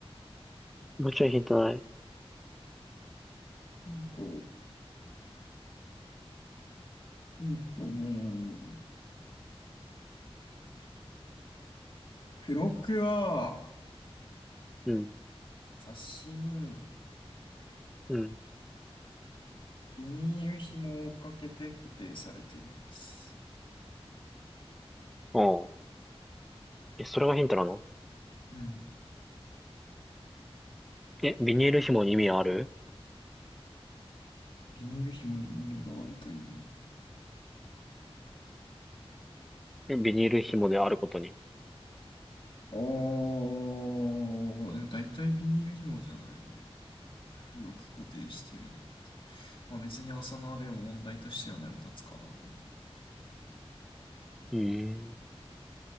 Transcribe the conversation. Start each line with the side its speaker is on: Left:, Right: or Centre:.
Centre: もうちょいヒントない。
Left: ヒンと、ヒンとね、付録は
Centre: うん。
Left: 雑誌に
Centre: うん。
Left: ビニール紐をかけて固定されています。
Centre: ああ。え、それがヒントなの
Left: うん。
Centre: え、ビニール紐に意味ある
Left: ビニール紐に意味があるというの。
Centre: えビニール紐であることに。
Left: おー、でも大体ビニール紐じゃない。よく固定してるな。まあ別に朝縄でも問題としては成り立つかな。
Centre: うーん。